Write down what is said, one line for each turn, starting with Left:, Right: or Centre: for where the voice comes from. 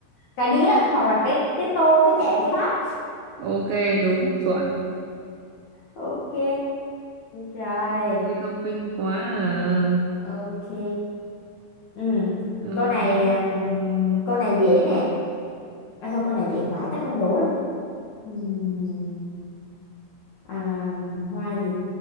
Left: cái đĩa hoặc là cái cái tô cái chén cái bát
Right: Ok, đúng, chuẩn.
Left: ok rồi
Right: Ôi thông minh quá à.
Left: ok ừ
Right: Ờ,
Left: câu này à, ừm, câu này dễ nè à, thôi câu này dễ quá chắc không đố đâu Ừm, à, hoa gì